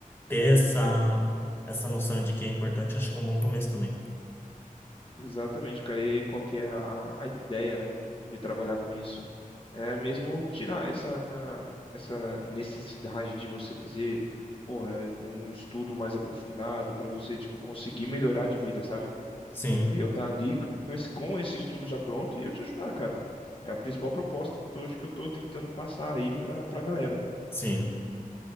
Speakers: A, on the left (about 15°); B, on the left (about 40°).
A: ter essa, essa noção de que é importante, acho que é um bom começo também.
B: Exatamente, cara. E aí, qual que é a, a ideia, né, de trabalhar com isso? É mesmo tirar essa, essa necessidade de você fazer, porra, um estudo mais aprofundado para você, tipo, conseguir melhorar de vida, sabe?
A: Sim,
B: É eu tá ali com esse, com esse estudo já pronto e eu te ajudar, cara. É a principal proposta hoje que eu tô tentando passar aí pra, pra galera.
A: sim.